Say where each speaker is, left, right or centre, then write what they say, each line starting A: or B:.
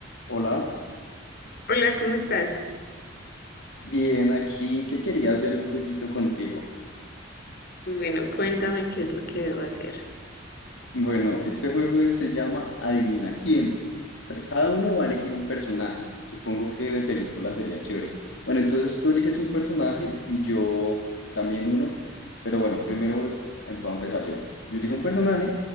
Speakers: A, on the left (about 70°); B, on the left (about 55°).
A: Hola,
B: Hola, ¿cómo estás?
A: bien, aquí que quería hacer un jueguito contigo.
B: Bueno, cuéntame qué es lo que debo hacer.
A: Bueno, este juego se llama Adivina quién. Tra- Cada uno va a elegir un personaje. Supongo que de película sería chévere. Bueno, entonces tú eliges un personaje y yo también uno. Pero bueno, primero eh, voy a empezar yo. Yo elijo un personaje